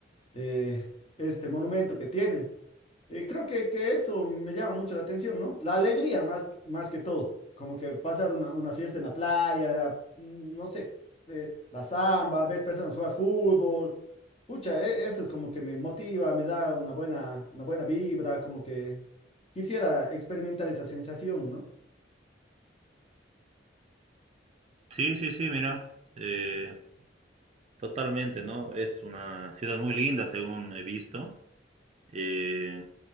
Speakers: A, on the left; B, on the right.
A: eh, este monumento que tienen. Eh, creo que, que eso me llama mucho la atención, ¿no? La alegría más, más que todo, como que pasar una, una fiesta en la playa, mm, no sé, eh, la samba, ver personas jugar fútbol, pucha, e- eso es como que me motiva, me da una buena, una buena vibra, como que quisiera experimentar esa sensación, ¿no?
B: Sí, sí, sí, mira, eh, totalmente, ¿no? Es una ciudad muy linda, según he visto. Eh,